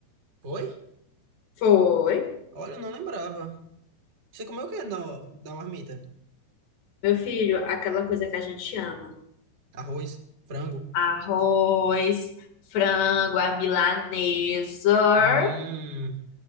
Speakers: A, on the right; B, on the left.
A: Foi?
B: Foi.
A: Olha, eu não lembrava. Você comeu o que no, da marmita?
B: Meu filho, aquela coisa que a gente ama.
A: Arroz? Frango?
B: Arroz, frango, a milanesa.
A: Hum,